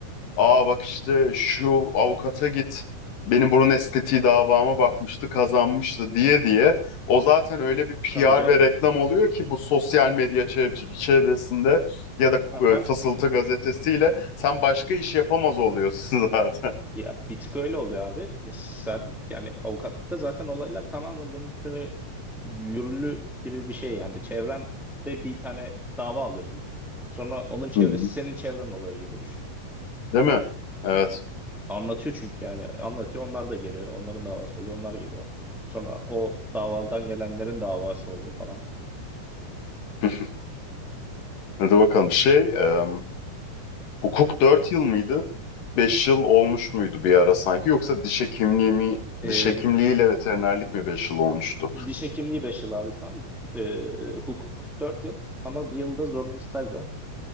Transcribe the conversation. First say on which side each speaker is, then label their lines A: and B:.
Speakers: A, on the left; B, in the centre.
A: Aa bak işte şu avukata git. Benim burun estetiği davama bakmıştı, kazanmıştı diye diye. O zaten öyle bir PR
B: Tabii canım.
A: ve reklam oluyor ki bu sosyal medya çev- çevresinde ya da
B: Aha,
A: e, Fısıltı gazetesiyle sen başka iş yapamaz oluyorsun <laughs> zaten.
B: Ya bir tık öyle oluyor abi. E, Sen yani avukatlıkta zaten olaylar tamamen bunun üstüne yürürlü gibi bir şey yani. Çevrende bir tane dava alıyorsun. Sonra onun çevresi
A: Hı hı.
B: senin çevren oluyor gibi düşün.
A: Değil mi? Evet.
B: Anlatıyor çünkü yani anlatıyor onlar da geliyor. Onların davası oluyor onlar geliyor. Sonra o davaldan gelenlerin davası oluyor falan.
A: <laughs> Hadi bakalım. Şey, e, hukuk 4 yıl mıydı? 5 yıl olmuş muydu bir ara sanki? Yoksa diş hekimliği mi,
B: Ee,
A: diş hekimliğiyle veterinerlik mi 5 yıl olmuştu?
B: diş hekimliği 5 yıl abi şu an. Ee, hukuk 4 yıl ama bir yılda zorunlu staj var.